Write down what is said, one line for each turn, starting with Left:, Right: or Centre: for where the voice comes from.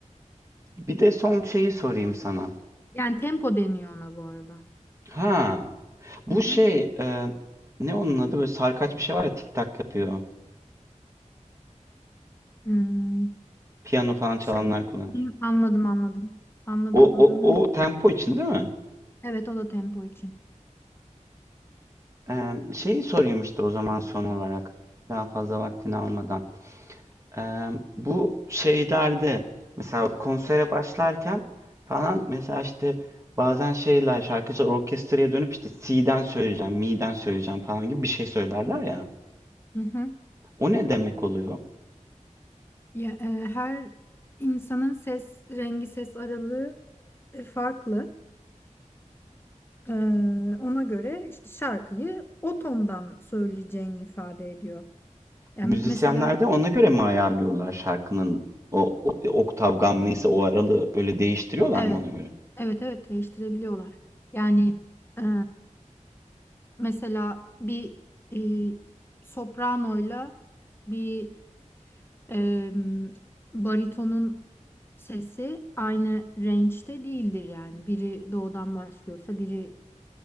Right: Bir de son şeyi sorayım sana.
Left: Yani tempo deniyor ona bu arada.
Right: Ha bu
Left: Hı hı.
Right: şey e, ne onun adı böyle sarkaç bir şey var ya tik tak yapıyor.
Left: Hmm,
Right: Piyano falan çalanlar
Left: şey.
Right: kullanır.
Left: Hı, anladım anladım. Anladım
Right: O, o,
Left: adının.
Right: o tempo için değil mi?
Left: Evet o da tempo için.
Right: E, şeyi sorayım işte o zaman son olarak daha fazla vaktini almadan. Eee, bu şeylerde mesela konsere başlarken falan mesela işte bazen şeyler şarkıcılar orkestraya dönüp işte C'den söyleyeceğim, mi'den söyleyeceğim falan gibi bir şey söylerler ya.
Left: Hı hı.
Right: O ne demek oluyor?
Left: Ya, e, her insanın ses rengi, ses aralığı e, farklı. E, ona göre işte şarkıyı o tondan söyleyeceğini ifade ediyor. Yani
Right: Müzisyenler
Left: mesela
Right: de ona göre mi ayarlıyorlar şarkının o, o oktav gam neyse o aralığı öyle değiştiriyorlar
Left: evet,
Right: mı ona göre?
Left: evet, evet değiştirebiliyorlar. Yani e, mesela bir e, sopranoyla bir e, baritonun sesi aynı range'de değildir yani. Biri doğudan başlıyorsa biri